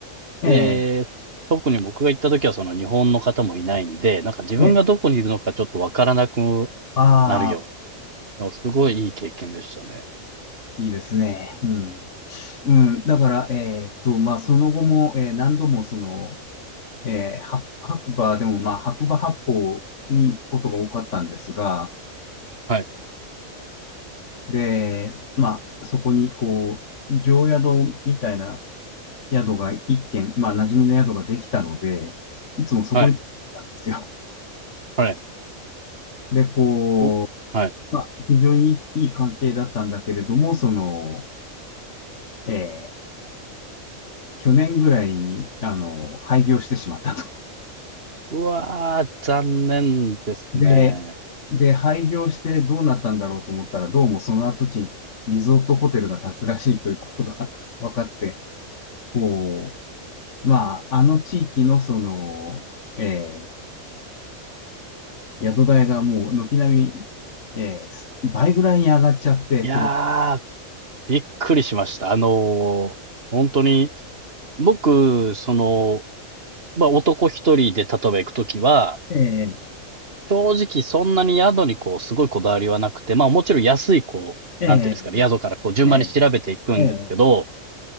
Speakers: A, on the left; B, on the right.
A: ええ、
B: で、特に僕が行った時はその日本の方もいないんで、なんか自分がどこにいるのかちょっとわからなく
A: ええ、ああ、
B: なるような、すごいいい経験でしたね。
A: いいですね。うん。うん、だから、えーっと、まあ、その後も、えー何度も、その、えーは白馬でも、まあ、白馬八方に行くことが多かったんですが、
B: はい、
A: で、まあ、そこに、こう、常宿みたいな宿が一軒、まあ、馴染みの宿ができたので、いつもそこに行ってたんですよ。
B: はい、はい。
A: で、こ
B: お、はい。
A: う、まあ、非常にいい関係だったんだけれども、その、えー去年ぐらいに、あの、廃業してしまったと。
B: うわー、残念ですね。
A: で、で、廃業してどうなったんだろうと思ったら、どうもその跡地にリゾートホテルが建つらしいということが <laughs> 分かって、こう、まあ、あの地域のその、えー宿代がもう軒並み、えーす倍ぐらいに上がっちゃって、
B: いやー、
A: この、
B: びっくりしました。あのー本当に、僕、その、まあ、男一人で例えば行くときは、
A: えー
B: 正直そんなに宿にこう、すごいこだわりはなくて、まあもちろん安いこう、
A: えー
B: なんていうんですかね、宿からこう順番に調べていくんですけど、
A: えーえーえ